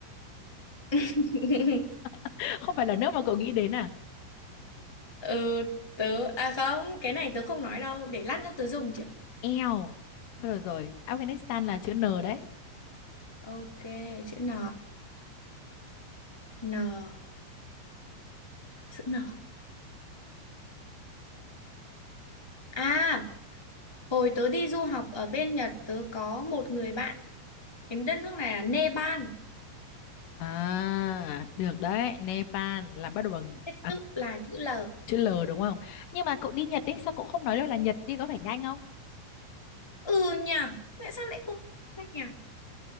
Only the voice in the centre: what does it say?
<laughs>
ừ tớ à không cái này tớ không nói đâu để lát nữa tớ dùng chứ
ok chữ N N chữ N à hồi tớ đi du học ở bên Nhật tớ có một người bạn cái đất nước này là Nepal
thế
tức là chữ L
ừ nhờ tại sao lại không ra nhỉ